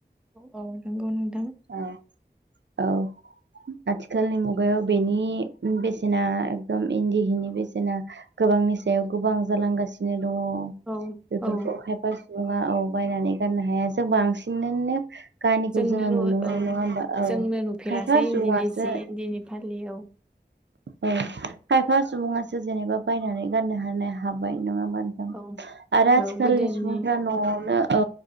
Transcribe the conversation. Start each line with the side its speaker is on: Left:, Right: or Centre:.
Centre: औ औ नंगौ नोंथां
Right: औ औ आथिखालनि मुगायाव बेनि बेसेना एकदम इन्दि हिनि बेसेना गोबांनि सायाव गोबां जालांगासिनो दङ
Centre: औ
Right: बेफोरखौ
Centre: औ
Right: खायफा सुबुङा औ बायनानै गाननो हाया जों बांसिननो गानिखौ
Centre: जोंनो
Right: जोङो
Centre: नु
Right: नुनो मोनो
Centre: औ
Right: नङा होमबा औ
Centre: जोंनो नुफेरासै
Right: खायफा
Centre: इन्दिनि
Right: सुबुङासो
Centre: जि इन्दिनि फालि औ
Right: औ खायफा सुबुङासो जेनेबा बायनानै गाननो हानाया हाबाय नङा होनबा नो
Centre: औ
Right: आरो
Centre: औ
Right: आजिखालनि
Centre: गोदोनि
Right: सुबुंफ्रा न'आवनो औ